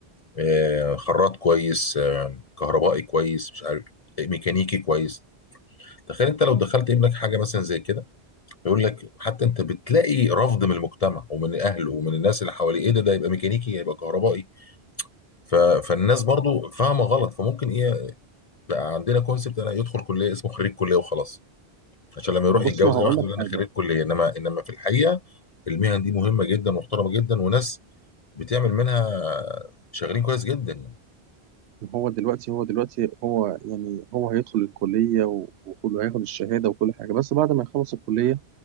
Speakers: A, on the left; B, on the right.
A: آه، خراط كويس آه، كهربائي كويس مش عارف ميكانيكي كويس تخيل انت لو دخلت ابنك حاجه مثلا زي كده يقول لك حتى انت بتلاقي رفض من المجتمع ومن اهله ومن الناس اللي حواليه ايه ده ده يبقى ميكانيكي يبقى كهربائي ف- فالناس برضو فاهمه غلط فممكن ايه، لا عندنا كونسبت انا يدخل كليه اسمه خريج كليه وخلاص عشان لما يروح
B: بص
A: يتجوز
B: ما هقول
A: اي واحد
B: لك
A: يقول انا
B: حاجه
A: خريج كليه انما انما في الحقيقه المهن دي مهمه جدا محترمه جدا وناس بتعمل منها شغالين كويس جدا يعني
B: هو دلوقتي هو دلوقتي هو يعني هو هيدخل الكليه و- وكله هياخد الشهاده وكل حاجه بس بعد ما يخلص الكليه